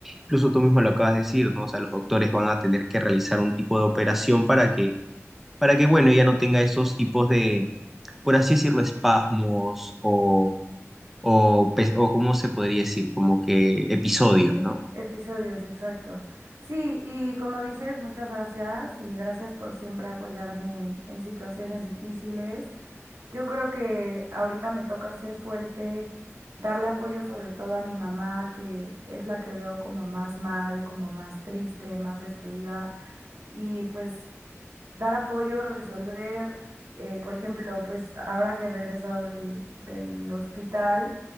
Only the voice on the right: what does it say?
Sí,
episodios, exacto. Sí, y como dices, muchas gracias y gracias por siempre apoyarme en, en situaciones difíciles. Yo creo que ahorita me toca ser fuerte, darle apoyo sobre todo a mi mamá, que es la que veo como más mal, como más triste, más destruida. Y pues dar apoyo, resolver, eh, por ejemplo, pues ahora que he regresado del, del hospital,